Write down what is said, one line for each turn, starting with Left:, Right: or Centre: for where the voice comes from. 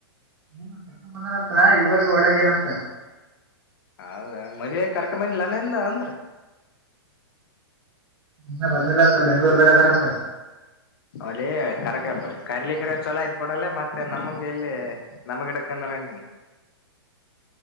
Right: ಏ ಕರ್ಕೊಂಡ ಬಂದನಂತ ಇವಾಗ ಒಡಗೇನಂತ
Left: ಹೌದ ಮದ್ ಕರ್ಕ ಬಂದ್ಲ್ಲನಿಂದ ಅಂದ್ರ <inaudible>
Right: ಇನ್ನ ಬಂದಿಲ್ಲ ಬೆಂಗ್ಳೂರ್ದಾಗ ಅದಾರಂತ
Left: ಅವಲ ಕರಕ ಕರಿಲಿಕ್ಕೆರೆ ಚಲೋ ಕೊೂಡಲ್ಲ ಮತ್ತೆ ನಮಗೆ ಎಲ್ಲಿ ನಮ ಗಿಡಕಂದ್ರಿ